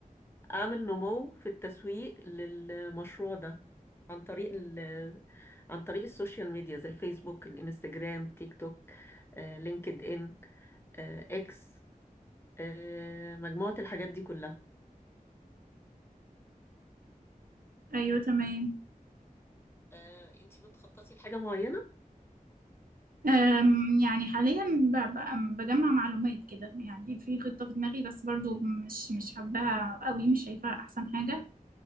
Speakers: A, on the left; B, on the right.
A: اعمل نمو في التسويق للمشروع ده عن طريق ال عن طريق السوشيال ميديا زي الفيسبوك الانستجرام تيك توك آه، لينكد ان آه، اكس آه، مجموعة الحاجات دي كلها
B: ايوه تمام
A: آه، انتي بتخططي لحاجة معينة؟
B: أم، يعني حاليا ب- ب- بجمع معلومات كده يعني في خطة في دماغي بس برضو مش مش حباها قوي مش شايفاها أحسن حاجة